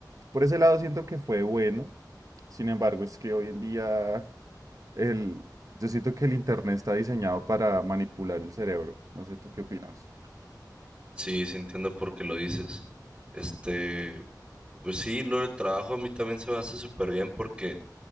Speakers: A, on the right (about 50°); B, on the right (about 20°).
A: por ese lado siento que fue bueno. Sin embargo, es que hoy en día el, yo siento que el internet está diseñado para manipular el cerebro. No sé, ¿tú qué opinas?
B: Sí, sí entiendo por qué lo dices. Este, pues sí, lo del trabajo a mí también se me hace súper bien porque